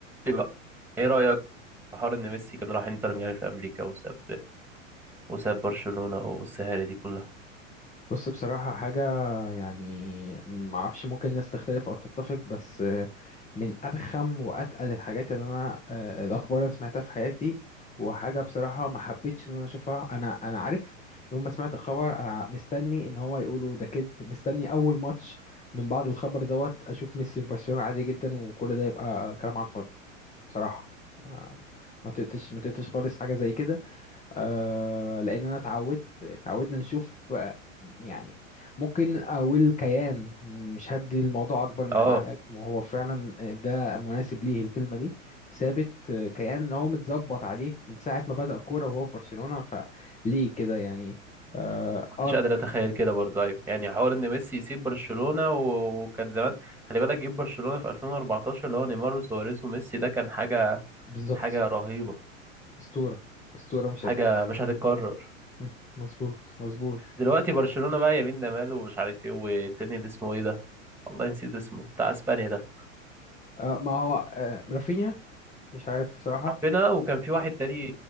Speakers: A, in the centre; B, on the left (about 20°).
A: ايه بقى ايه رأيك في حوار ان ميسي كان راح انتر ميامي في امريكا وساب وساب برشلونة والسهالة دي كلها
B: بص بصراحة حاجة يعني ما اعرفش ممكن الناس تختلف او تتفق بس آه، من ارخم واتقل الحاجات اللي انا آه، الاخبار اللي سمعتها في حياتي وحاجة بصراحة ما حبيتش ان انا اشوفها انا انا عارف يوم ما سمعت الخبر انا مستني ان هو يقولوا ده كذب مستني اول ماتش من بعد الخبر دوت اشوف ميسي في برشلونة عادي جدا وكل ده يبقى كلام على الفاضي بصراحة ما ما تقتش ما تقتش خالص حاجة زي كده آه لان انا اتعودت اتعودنا نشوف آه، يعني ممكن اقول كيان مش هدي الموضوع اكبر من
A: اه
B: حقه وهو فعلا ده مناسب ليه الكلمه دي ثابت آه، كيان هو متظبط عليه من ساعه ما بدأ كوره وهو في برشلونه فليه كده يعني اه,
A: كنتش
B: آه
A: قادر اتخيل كده برضو ايوه يعني حوار ان ميسي يسيب برشلونة و- وكان زمان خلي بالك جيب برشلونة في 2014 اللي هو نيمار وسواريز وميسي ده كان حاجة
B: بالظبط
A: حاجة رهيبة
B: اسطوره اسطوره مش
A: حاجة
B: هتك
A: مش هتتكرر
B: <laughs> م، مظبوط مظبوط
A: دلوقتي برشلونة بقى يمين لمال ومش عارف ايه والتاني اللي اسمه ايه ده والله نسيت اسمه بتاع اسبانيا ده
B: آه ما هو آه رافينيا مش عارف بصراحه
A: رافينا وكان في واحد
B: م،
A: تاني